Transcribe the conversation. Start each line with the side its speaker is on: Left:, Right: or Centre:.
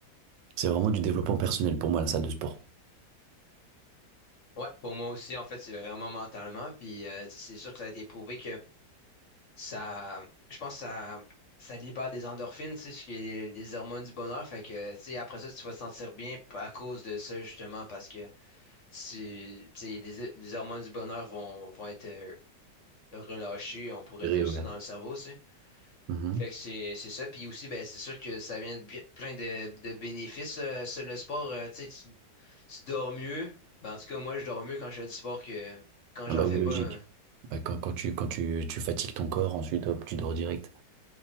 Right: C'est vraiment du développement personnel pour moi, la salle de sport.
Left: Ouais, pour moi aussi, en fait, c'est vraiment mentalement. Puis, euh, tu sais, c'est sûr que ça a été prouvé ça, je pense que ça, ça libère des endorphines, tu sais, ce qui est les, les hormones du bonheur. Fait que, tu sais, après ça, tu vas te sentir bien p- à cause de ça, justement, parce que tu, tu sais, les, les hormones du bonheur vont, vont être euh, relâchées, on pourrait
Right: Je dirais,
Left: dire ça, dans le cerveau, tu sais.
Right: Ouais.
Left: Fait que c'est, c'est ça. Puis aussi, ben, c'est sûr que ça vient de bi- plein de, de bénéfices, euh, sur le sport. euh, tu sais, tu, tu dors mieux. Ben, en tout cas, moi, je dors mieux quand je fais du sport que quand j'en
Right: Ah bah
Left: fais
Right: oui,
Left: pas.
Right: logique.
Left: hein.
Right: Bah, quand, quand tu, quand tu, tu fatigues ton corps, ensuite, hop, tu dors direct.